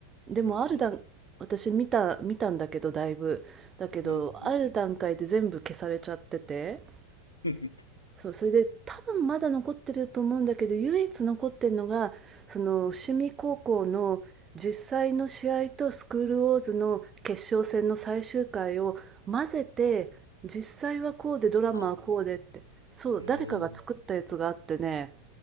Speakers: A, on the right; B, on the left.
A: でもある段、
B: うん、うん、
A: 私見た、見たんだけど、だいぶ。だけど、
B: うん、うん。
A: ある段階で全部消されちゃってて、
B: <laughs>
A: そう、それで、多分まだ残ってると思うんだけど、唯一残ってるのが、その伏見高校の実際の試合とスクールウォーズの決勝戦の最終回を混ぜて、実際はこうでドラマはこうでって、
B: あ、う
A: そう、
B: ーん。
A: 誰かが作ったやつがあってね、